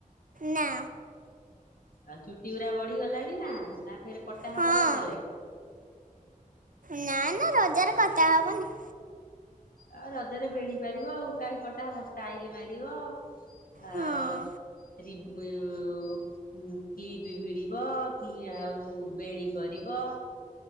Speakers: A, on the right (about 70°); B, on the left (about 80°).
A: ନା
B: ଆ ଚୁଟି ଉରା ବଢିଗଲାଣି ନା ନା ଫେରେ କଟା
A: ହଁ
B: ହବ ରଜରେ।
A: ନା ନା ରଜରେ କଟା ହବନି।
B: ଆ ରଜରେ ବେଣୀ ପାରିବ ଆଉ କାହିଁ କଟା ହବ ଷ୍ଟାଇଲ ମାରିବ ଆଉ
A: ହଁ
B: ରି ଵ ହୁଁ କ୍ଲିପ୍ ଭିଡିବ କି ଆଉ ବେଣୀ କରିବ।